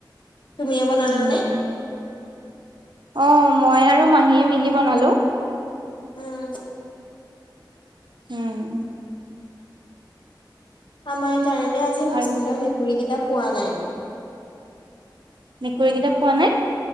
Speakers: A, on the left; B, on the right.
A: তুমি এ বনালানে
B: উম, অ মই আৰু মাহীয়ে মিলি বনালো
A: উম
B: উম
A: আম কাৰণে আজি হোষ্টেলৰ
B: আৰু
A: মেকুৰী কিতাপ পোৱা নাই
B: মেকুৰীকেইটা পোৱা নাই